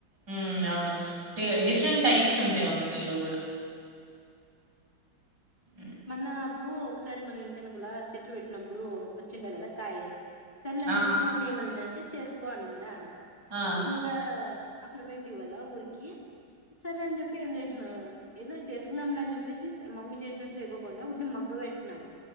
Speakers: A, on the right; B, on the left.
A: ఉ అవును డిఫరెంట్ టైప్స్ ఉంటాయి వంకాయలో కూడా హ్మ్.
B: మోన్న అప్పుడు ఒకసారి మనం ఇంటి ఎనుకల చెట్లు పెట్టినప్పుడు వచ్చిండే కదా కాయ సర్లే అని
A: ఆ,
B: చెప్పి మమ్మీ ఏమనింది అంటే చేసుకోవాలిందా
A: ఆ,
B: నువ అక్కడ పోయింటివి కదా ఊరికి సరే అని చెప్పి ఏం చేసినా ఏదో చేసుకుందాం లే అని చెప్పేసి మమ్మీ చేసిన సుకోకుండా వాటిని మగ్గ పెట్టినా